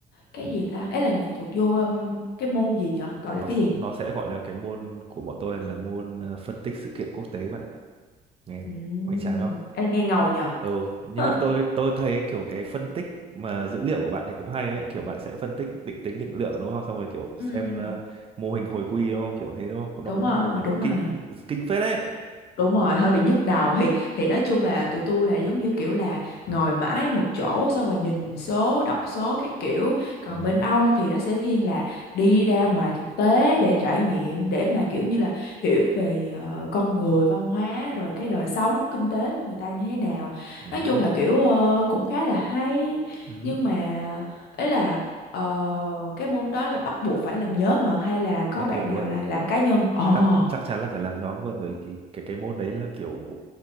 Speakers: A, on the left; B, on the right.
A: cái gì ta ấy là thuộc vô ừm, cái môn gì nhở gọi
B: nó
A: là cái
B: s-
A: gì
B: nó sẽ gọi là cái môn của bọn tôi là môn ờ, phân tích sự kiện quốc tế bạn ạ nghe
A: Ừm,
B: hoành tráng không
A: Ê, nghe ngầu nhờ
B: ừ nhưng
A: <laughs>
B: mà tôi tôi thấy kiểu cái phân tích mà dữ liệu của bạn thì cũng hay đấy kiểu bạn sẽ phân tích định tính định lượng đúng không xong rồi kiểu
A: ừ,
B: xem
A: ừ.
B: là mô hình hồi quy đúng không kiểu thế đúng không
A: đúng
B: nó cũng
A: rồi
B: nó cũng
A: đúng
B: kinh
A: rồi
B: kinh phết đấy
A: đúng
B: ừ,
A: rồi hơi bị nhức đầu thì thì nói chung là tụi tôi là giống như kiểu là ngồi mãi một chỗ xong rồi nhìn số đọc số cái kiểu còn
B: ừ,
A: bên ông thì nó sẽ thiên là đi ra ngoài thực tế để trải nghiệm để mà kiểu như là hiểu về ờ, con người văn hóa rồi cái đời sống kinh tế của người ta như thế nào
B: ừ,
A: nói chung là kiểu ờ, cũng khá là hay
B: ừ.
A: nhưng mà ấy là ờ, cái môn đó là bắt buộc phải làm nhóm mà hay là có
B: bắt
A: bạn
B: buộc
A: nào
B: luôn
A: là làm cá nhân ồ
B: chắc chắc chắn là phải làm nhóm luôn bởi cái cái cái môn đấy là kiểu